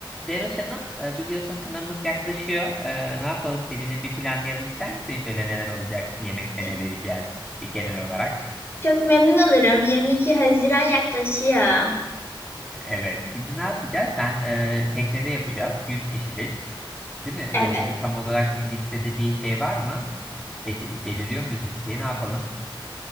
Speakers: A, in the centre; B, on the left.
A: Zeroş Hanım e, biliyorsun kınamız yaklaşıyor. E, ne yapalım seninle bir planlayalım ister misin? Şöyle neler olacak? Yemekte
B: Çok,
A: ne vereceğiz? Bir genel olarak.
B: çok memnun olurum. 22 Haziran yaklaşıyor.
A: Evet. Şimdi ne yapacağız? Ben e, teknede yapacağız. yüz kişilik. Değil mi? E,
B: Evet.
A: tam olarak listede bir şey var mı? Bel- belirliyor muyuz listeyi? Ne yapalım?